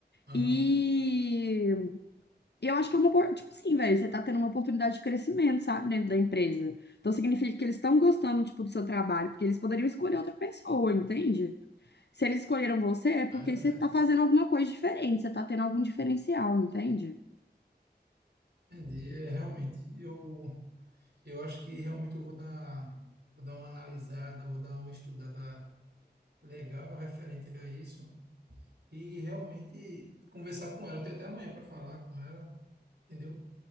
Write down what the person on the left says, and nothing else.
E eu acho que é uma, opor- tipo assim, velho, você tá tendo uma oportunidade de crescimento, sabe, dentro da empresa. Então significa que eles estão gostando, tipo, do seu trabalho, porque eles poderiam escolher outra pessoa, entende? Se eles escolheram você, é porque
você tá fazendo alguma coisa diferente, você tá tendo algum diferencial, entende?